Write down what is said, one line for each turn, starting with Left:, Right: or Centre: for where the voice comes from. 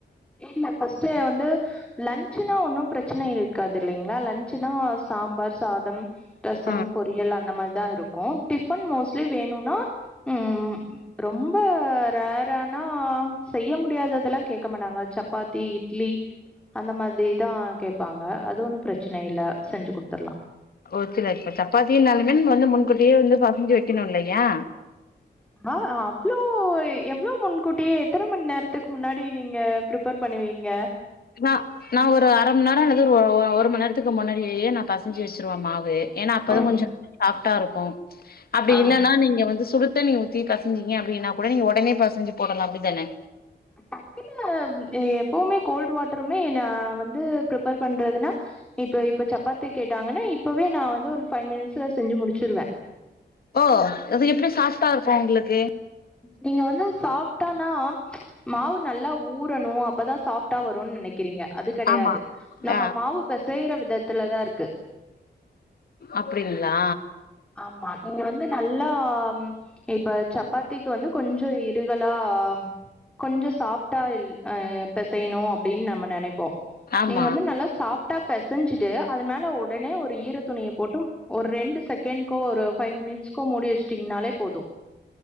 Centre: இல்ல ஃபஸ்டே வந்து லன்ச்சுனா ஒன்னு பிரச்சனை இருக்காது இல்லைங்ளா லன்ச்சுனா சாம்பார் சாதம் ரசம்
Left: ஆ
Centre: பொரியல் அந்த மாரி தா இருக்கு டிஃபன் மோஸ்ட்லி வேணுனா ம் ரொம்ப ரேரானா செய்ய முடியாததெல்லா கேக்க மாட்டாங்க சப்பாத்தி இட்லி அந்த மாதிரிதா கேப்பாங்க அது ஒன்னு பிரச்சனை இல்ல செஞ்சு குடுத்தர்லா
Left: ஒ சில இப்பா சப்பாத்தி நாலுமேன் வந்து முன்கூட்டியே வந்து பசஞ்சு வெக்கணு இல்லையா
Centre: ஆவ அ அவ்ளோ எவ்ளோ முன்கூட்டியே எத்தன மண் நேரத்துக்கு முன்னாடி நீங்க ப்ரிப்பர் பண்ணுவீங்க
Left: நா நா ஒரு அரம் நேரோல கிருவோ ஒ ஒரும நேர்த்துக்கு முன்னாடியே நா பசஞ்சு வச்சுருவ மாவு ஏன்னா அப்பதா
Centre: ம்.
Left: கொஞ்சோ <inaudible> சாப் டா இருக்கு அப்டி
Centre: ஆ
Left: இல்லனா நீங்க வந்து சுடுத் சுடுண்ணி ஊத்த பெசஞ்சிங்க அப்டின்னாக் கூட நீங்க ஒடனே பெசஞ்சு போடலா அப்பிடிதானே
Centre: டக்குனு எப்பவுமே கோல்டு் வாட்டருமே ந வந்து ப்ரிப்பர் பண்றதுனா இப்ப இப்ப சப்பாத்தி கேட்டாங்கன்னா இப்பவே நா வந்து ஒரு பைவ் மினிட்ஸ்ல செஞ்சு முடிச்சிருவே
Left: ஓ அது எப்புடி சாஃப்டா இருக்கோ உங்களுக்கு
Centre: நீங்க வந்து சாஃப் நாம் மாவு நல்லா ஊறனு அப்பதா சாஃப்டா வருனு நினைக் கிறீங்க அது கெடையாது
Left: ஆமா
Centre: நம்ம
Left: ஆ
Centre: மாவு பெஸ் செய்ற விதத்துல தா இருக்கு
Left: அப்டிங்களா
Centre: ஆமா நீங்க வந்து நல்லா இப்ப சப் பாத்திக்கு வந்து கொஞ்சோ இருகலா கொஞ்சோ சாஃப்டா ல் பெசையணு அப்டின்னு நாம்ம நெனைப்போ
Left: ஆமா
Centre: நீங்க வந்து நல்லா சாஃப் டா பெசஞ்சிட்டு அது மேல ஒடனே ஒரு ஈர துணியை போட்டு ஒரு ரெண்டு செகண்ட்கோ ஒரு ஃபைவ் மினிட்ஸ்கோ மூடி வெச்சிட்டீங்கனாலே போது